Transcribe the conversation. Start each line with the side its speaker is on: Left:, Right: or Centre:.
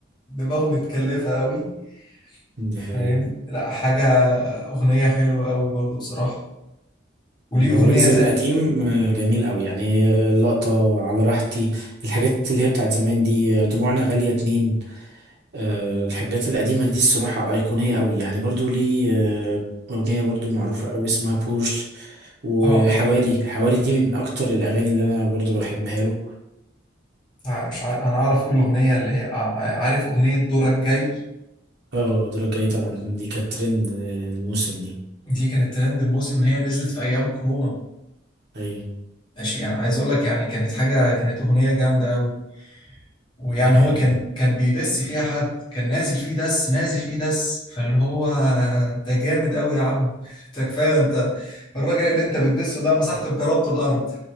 Left: دماغه متكلفة قوي
Right: دي
Left: فاهم
Right: حقيقي
Left: لا حاجة اغنية حلوة قوي برضو بصراحة وليه
Right: ويجز
Left: اغنية تانية
Right: القديم آه، جميل قوي يعني آه، اللقطة على راحتي الحاجات اللي هي بتاعت زمان دي آه، دموعنا غالية اتنين آه، الحاجات القديمة دي الصراحة أيقونية قوي يعني برضو ليه آه، أغنية برضو معروفة قوي اسمها بورش وحواري
Left: اه
Right: حواري دي من أكتر الأغاني اللي أنا برضو بحبها له
Left: مش عارف انا عارف اقول اغنية اللي هي آه، عارف اغنية دورك جاي
Right: اه الدرجة الجاية طبعا دي كانت ترند آه، الموسم دي
Left: دي كانت ترند الموسم اللي هي نزلت في ايام كورونا
Right: أيوة
Left: ماشي يعني عايز اقول لك يعني كانت حاجه كانت اغنيه جامده قوي ويعني
Right: دي
Left: هو
Right: حقيقة
Left: كان كان بيدس فيها حد كان نازل فيه دس نازل فيه دس فاللي هو انت جامد قوي يا عم انت كفايه ده انت الراجل اللي انت بتدسه ده مسحت بجربته الارض